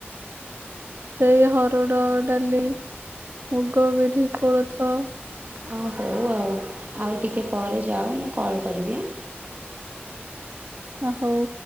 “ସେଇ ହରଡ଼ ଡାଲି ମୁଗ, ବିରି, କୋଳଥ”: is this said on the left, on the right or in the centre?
Right